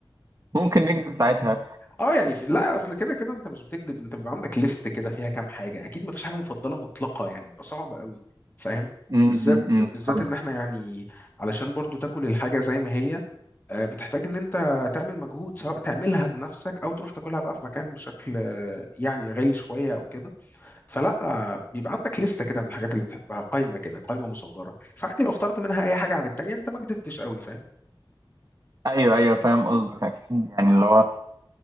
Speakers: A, on the right; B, on the left.
A: ممكن نكذب ساعتها
B: أه يعني في... لا أصل كده كده أنت مش بتكذب أنت بيبقى عندك ليست كده فيها كام حاجة أكيد مفيش حاجة مفضلة مطلقة يعني بيبقى صعب قوي فاهم؟
A: امم
B: بالذات بالذات
A: فاهمك
B: إن إحنا يعني علشان برضو تاكل الحاجة زي ما هي آه، بتحتاج ان انت تعمل مجهود سواء تعملها بنفسك او تروح تاكلها بقى في مكان بشكل آه، يعني غالي شويه او كده فلا آه، بيبقى عندك لسته كده من الحاجات اللي بتحبها قائمه كده قائمه مصغره فعادي لو اخترت منها اي حاجه عن التانيه انت ما كدبتش قوي فاهم
A: ايوه ايوه فاهم قصدك اكيد يعني اللي هو